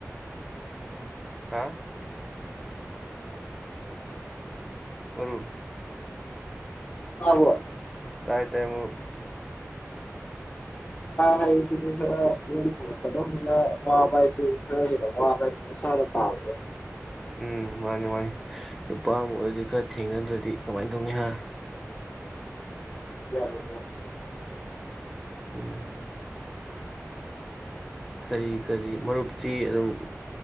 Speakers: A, in the centre; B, on the left (about 35°).
A: ꯍꯥꯥ ꯃꯔ
B: ꯑꯕꯣ
A: ꯑꯣ ꯇꯥꯏ ꯇꯥꯏꯃ <inaudible>
B: ꯍꯥꯏꯩꯁꯤꯗꯤ ꯈꯔ ꯌ ꯄꯨꯔꯛꯀꯗꯧꯅꯤꯅ ꯋꯥꯕ ꯍꯥꯏꯁꯤꯦ ꯈꯔ ꯍꯅ ꯋꯥꯕ ꯍꯥꯏꯦ ꯃꯁꯥꯗ ꯄꯥꯕꯅꯦꯦ
A: ꯎꯝ ꯃꯥꯅꯤ ꯃꯥꯅꯤ ꯅꯨꯄꯥ ꯑꯃ ꯑꯣꯏꯔꯗꯤ ꯈꯔ ꯊꯦꯡꯅꯗ꯭ꯔꯗꯤ ꯀꯃꯥꯏꯅ ꯇꯧꯅꯤ ꯍꯥ
B: ꯑꯣ
A: ꯎꯝ ꯀꯔꯤ ꯀꯔꯤ ꯃꯔꯨꯞꯇꯤ ꯑꯗꯨꯝ